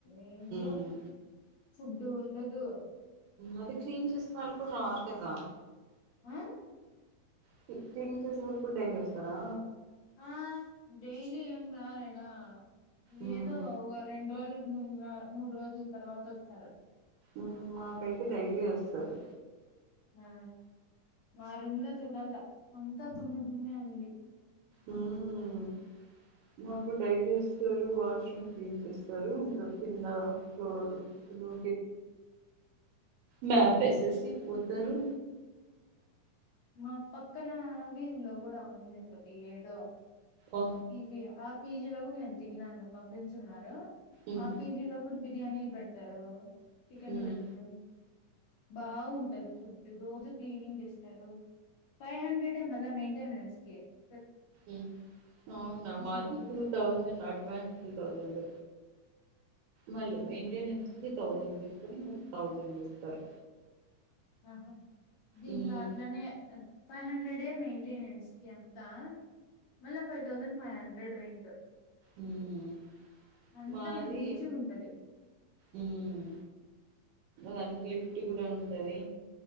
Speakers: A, on the left (about 65°); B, on the right (about 80°).
A: ఏందో
B: ఉమ్
A: ఫుడ్ ఉండదూ.
B: అవి క్లీన్ చేస్కోనే వాళ్ళు కూడా రావట్లేదా?
A: ఉహ్
B: కి క్లీన్ చేసే వాళ్ళు కూడా డైలీ వస్తారా?
A: ఆ డెలీ ఏం రారెనా
B: ఉమ్
A: ఏదో <unintelligible> <unintelligible> మూడు రోజుల తర్వాత వస్తారు
B: ఉహ్ మాకైతే డైలీ వస్తారు.
A: ఆ మా రూమ్ లో చూడలా అంత దుమ్ము దుమ్ముమే ఉంది.
B: ఉమ్ మాకు డైలీ వస్తారు వాష్రూమ్ క్లీన్ చేస్తారు. ఇంకా కింద ఫ్లోర్ ను మాప్ వేసేసి పోత్తరు
A: మా పక్కన వీధిలో కూడా ఉంది ఒకటి ఏదో
B: ఆ
A: ఈజీ <unintelligible> పీజీ లో కూడా నేను తిన్నాను, మా ఫ్రెండ్స్ ఉన్నారు
B: ఉమ్
A: ఆ పిజీలో కూడ్ బిర్యానీల్ పెడతారు చికెన్లు
B: ఉమ్
A: పెత్తరు బాగుంటది ఫుడ్ రోజు క్లీనింగ్ చేస్తారు. ఫైవ్ హండ్రెడే మళ్ల మెయింటెనెన్ <unintelligible>
B: ఉహ్ అవునా మాది
A: మామూలుగా
B: టూ తౌసండ్ అడ్వాన్స్ తౌసండ్ మళ్ళీ మెయింటెనెన్స్ కి థౌసండ్ కని ము థౌజండ్ ఇస్తారు.
A: ఆహా దీంట్లో
B: మ్మ్
A: అట్లనే ఫైవ్ హండ్రెడే మెయింటెనెన్స్ కి అంత మళ్ళ five thousand five hundred drink
B: ఉమ్
A: అంతా
B: మాది
A: మంచిగా ఉంటది
B: ఉమ్ దానికి లిఫ్ట్ కూడా ఉంటది.